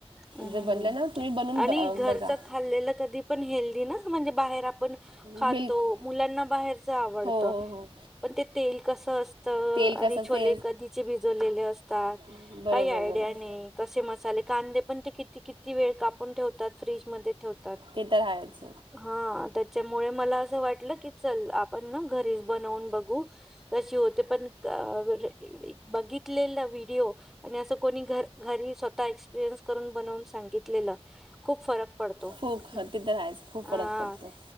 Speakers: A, in the centre; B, on the right (about 50°).
A: हं, हं,
B: जर बनलं
A: हं.
B: ना तुम्ही बनून
A: आणि घरचं
B: बघा.
A: खाल्लेलं कधी पण हेल्ली ना? म्हणजे बाहेर आपण
B: बिलकुल
A: खातो, मुलांना बाहेरच आवडत.
B: हो हो हो
A: पण ते तेल कसं असतं,
B: तेल
A: आणि
B: कसं
A: छोले
B: ते
A: कधी ची भिजलेलेले असतात
B: बरोबर
A: काही आयडिया
B: बरोबर
A: नही. कसे मसाले, कांदे पण ते किती किती वेळ कापून ठेवतात, फ्रीजमध्ये ठेवतात
B: ते तर आहेच
A: हा त्याच्यामुळे मला असं वाटलं की, चल आपण ना घरीच बनवून बघू. कशी होते, पण म्हणजे बघितलेला व्हिडिओ. आणि असं कोणी घ घरी स्वतः एक्सपिरियन्स करून बनवून सांगितलेलं खूप फरक पडतो
B: खूप
A: हम्म
B: ते तर आहेच खूप
A: अ
B: फरक पडतो